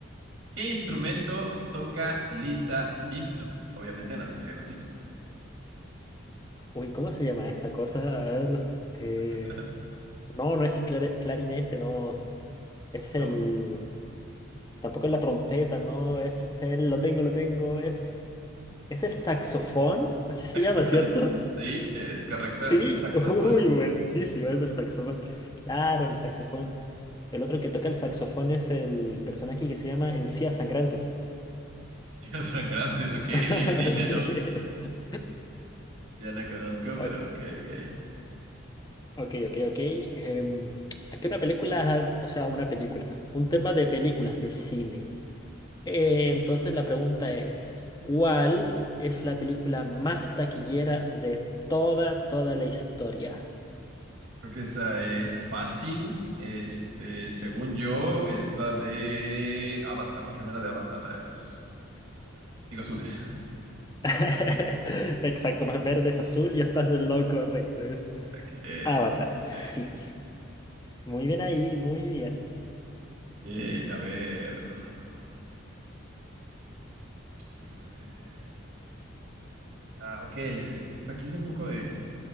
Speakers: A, on the right; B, on the left.
A: ¿qué instrumento toca Lisa Simpson? Obviamente en la serie de los Simpson.
B: uy, ¿cómo se llama esta cosa? A ver. eh,
A: <laughs>
B: No, no es el clari- clarinete, no. Es el...
A: No.
B: Tampoco es la trompeta, no. Es el... Lo tengo, lo tengo, es... ¿Es el saxofón? Así se
A: <laughs>
B: llama, ¿cierto?
A: Sí, es correcto,
B: Sí,
A: el saxofón.
B: uy, buenísimo, es el saxofón. Claro, el saxofón. El otro que toca el saxofón es el personaje que se llama Encías Sangrantes.
A: <laughs> Mis hijos son grandes, ok, y
B: <laughs>
A: ahí sí ya
B: Sí.
A: no,
B: <laughs>
A: ya no conozco, pero
B: O-
A: ok, ok.
B: Ok, ok, ok. Em, aquí una película, o sea, una película, un tema de películas de cine. Eh, entonces la pregunta es, ¿cuál es la película más taquillera de toda, toda la historia?
A: Creo que esa es fácil. Este, según yo, es la de Avatar, la primera de Avatar, la de los aliens verdes. Digo azules. <laughs>
B: <laughs> Exacto, no es verde, es azul y estás en lo correcto, es
A: Ok, excelente.
B: Avatar. Sí. Muy bien ahí, muy bien.
A: Ok, a ver. mm, déjame ver. Buscar alguna pregunta. Ok, este, es- aquí es un poco de,